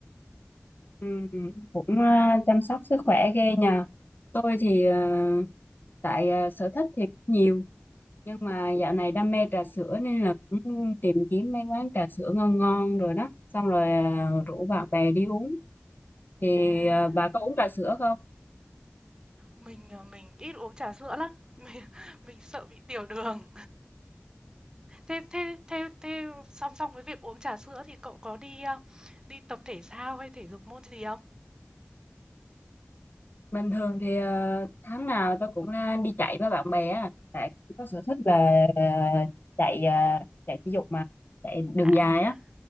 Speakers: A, on the left; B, on the right.
A: Ừ, cũng ờ, chăm sóc sức khỏe ghê nhờ. Tôi thì ờ, tại ờ, sở thích thì cũng nhiều nhưng mà dạo này đam mê trà sữa nên là cũng tìm kiếm mấy quán trà sữa ngon ngon rồi đó xong rồi à, rủ bạn bè đi uống thì
B: À,
A: à, bà có uống trà sữa không
B: mình à, mình ít uống trà sữa lắm. <laughs> Mình, mình sợ bị tiểu đường. Thế thế thế thế song song với việc uống trà sữa thì cậu có đi, a, đi tập thể thao hay thể dục môn gì không?
A: bình thường thì à, tháng nào tôi cũng à, đi chạy với bạn bè á tại có sở thích là à, chạy à, chạy thể dục mà chạy đường
B: À,
A: dài á